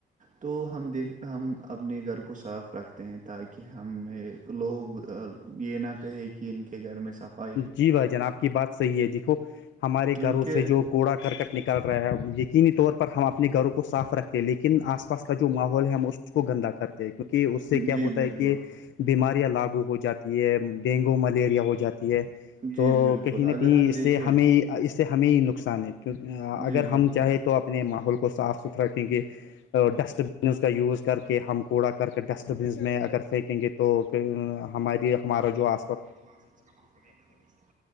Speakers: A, on the right; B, on the left.
A: تو ہم دیکھ ہم اپنے گھر کو صاف رکھتے ہیں تاکہ ہمیں لوگ یہ نہ کہیں کہ ان کے گھر میں سف
B: جی بھائی جان آپ کی بات صحی ہے دیکھو ہمارے
A: کیونکہ
B: گھروں سے جو کوڑا کرکٹ نکال یقینی طور پر ہم اپنے گھروں کو صاف رکھتے ہیں لیکن آس پاس کا جو ماحول ہے اس کو گندا کر کیونکہ اس سے کیا
A: جی
B: ہوتا
A: بالکل
B: ہے کہ بیماریاں لاگو ہو جاتی ہے ڈینگو ملیریا ہو جاتی ہے تو
A: جی بالکل
B: کہیں نہ
A: اگر
B: کہیں
A: ہم
B: اس
A: دیکھیں
B: سے ہمیں اس سے ہمیں نقصان ہے کیہ اگر
A: جی
B: ہم
A: بالکل
B: چاہیں تو آپ اپنے ماحول کو صاف ستھر رکھیں گے ڈسٹ بین کا یوز کر کے ہم کوڑا کر کے ڈسٹ بینس میں اگر پھینکیں گے تو ہماری ہمارا جو آ
A: آس پاس کا معاملہ لے کر